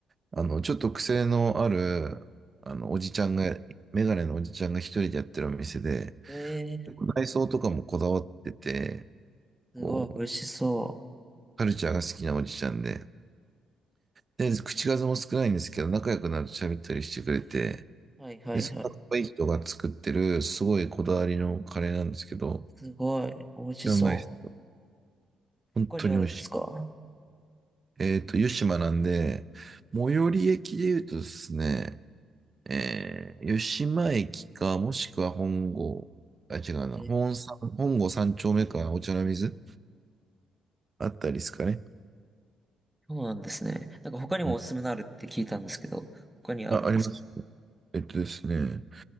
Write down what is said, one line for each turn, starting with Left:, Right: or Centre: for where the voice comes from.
Right: あの、ちょっと癖のある、あの、おじちゃんが、メガネのおじちゃんが一人でやってるお店で、
Centre: ー、えー、
Right: 内装とかもこだわってて、
Centre: すごい、
Right: こう、
Centre: 美味しそ
Right: カルチャーが好きなおじちゃんで、で、口数も少ないんですけど、仲良くなると喋ったりしてくれて、
Centre: う。はいはいはい。
Right: で、そのかっこいい人が作ってる、すごいこだわりのカレーなんですけど、
Centre: すごい、美味しそう。
Right: うまいです。本当に美味しい。
Centre: 他にあるんですか
Right: えっと、湯島なんで、最寄り駅で言うとですね、えー、湯島駅か、もしくは本郷、あ、違うな、
Centre: えー、
Right: 本山、本郷三丁目か、お茶の水あったりですかね。
Centre: そうなんですね。なんか他にもおすすめのあるって聞いたんですけど、
Right: うん。
Centre: 他にあるんですか
Right: あ、あります。えっとですね、